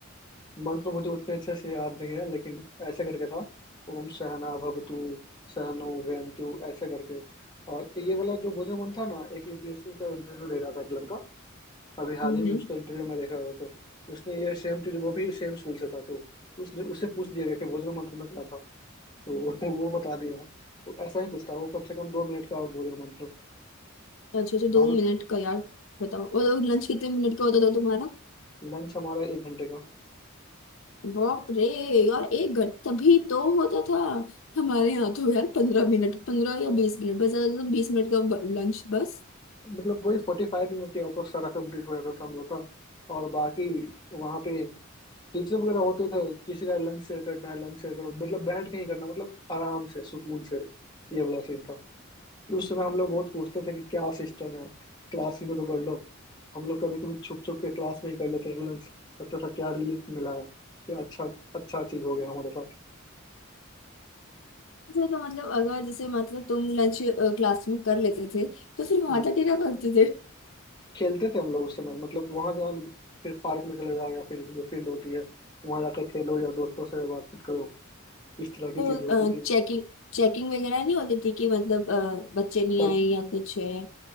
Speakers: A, on the left (about 20°); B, on the left (about 70°).
A: मंत्र मुझे उतने अच्छे से याद नहीं है लेकिन ऐसे करके था ओम सहना भवतु सहनो वैनतु ऐसे करके और ये वाला जो भोजन मन था ना एक यूपीएससी का इंटरव्यू दे रहा था एक लड़का अभी हाल
B: हम्म
A: ही में उसका इंटरव्यू में देख रहा था तो उसने ये सेम चीज वो भी सेम स्कूल से था तो उसने उससे पूछ दिया गया कि भोजन मंत्र में क्या था तो <laughs> वो बता दिया तो ऐसा ही कुछ था वो कम से कम दो मिनट का भोजन मंत्र था
B: अच्छा अच्छा
A: तो
B: दो
A: हम
B: मिनट का यार बताओ और लंच कितने मिनट का होता था तुम्हारा
A: लंच हमारा एक घंटे का
B: बाप रे यार एक घंटा तभी तो होता था हमारे यहाँ तो यार पंद्रह मिनट पंद्रह या बीस मिनट बस ज्यादा तो बीस मिनट का लंच बस
A: मतलब वही फोर्टी फाइव मिनट के आउट ऑफ सारा कंप्लीट हो जाता था हम लोग का और बाकी वहाँ पे टीचर वगैरह होते थे किसी का लंच शेयर करना है लंच शेयर करो मतलब बैठ के ही करना मतलब आराम से सुकून से ये वाला सीन था उस समय हम लोग बहुत पूछते थे कि क्या सिस्टम है क्लास ही में तो कर लो हम लोग कभी कभी छुप छुप के क्लास में ही कर लेते थे लंच लगता था क्या रिलीफ मिला है क्या अच्छा अच्छा चीज हो गया हमारे साथ
B: अच्छा तो मतलब अगर जैसे मतलब तुम लंच क्लास में कर लेते थे तो फिर वहां
A: हम्म।
B: जाके क्या करते थे
A: खेलते थे हम लोग उस समय मतलब वहां जाओ फिर पार्क में चले जाओ या फिर जो फील्ड होती है वहां जाकर खेलो या दोस्तों से बातचीत करो इस तरह की
B: तो
A: चीजें होती थी
B: चेकिंग चेकिंग वगैरह नहीं होती थी कि मतलब अ, बच्चे नहीं
A: तब
B: आए या कुछ है